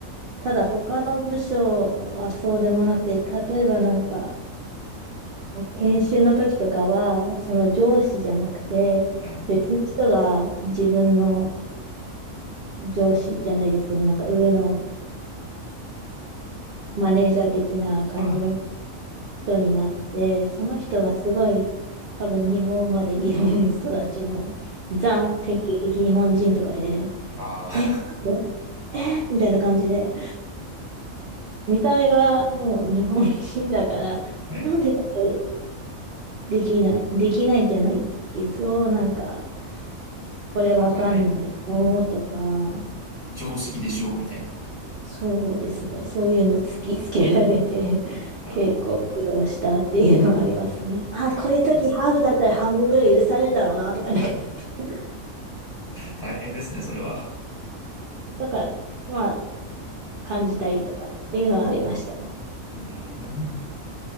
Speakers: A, on the right; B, on the left.
A: ただ、他の部署はそうでもなくて、例えばなんか、研修の時とかは、その上司じゃなくて、
B: あ、はい。
A: 別の人が自分の上司じゃないですけど、なんか上のマネージャー的な感じの
B: あ
A: 人になって、その人がすごい、多分日本まで日本育ちのザ典型的日本人とかで、
B: あ、あ
A: え、なんでみたいな感じで、見た目がもう日本人だから、
B: あ、
A: え、
B: はい。
A: なんでこれできない、できないじゃないけど、なんか、これわかんないのとか、
B: わかんないな。常識でしょみたいな。
A: そうですね。そういうの突きつけられて、<laughs>
B: ああ、
A: 結構苦労したっていうのはありますね。あ、
B: 大変ですね。
A: こういう時ハーフだったら半分ぐらい許されるんだろうなと思いながら、<laughs>
B: 大変ですね、それは。
A: とか、まあ、感じたりとかっていうのはありましたね。
B: うーん。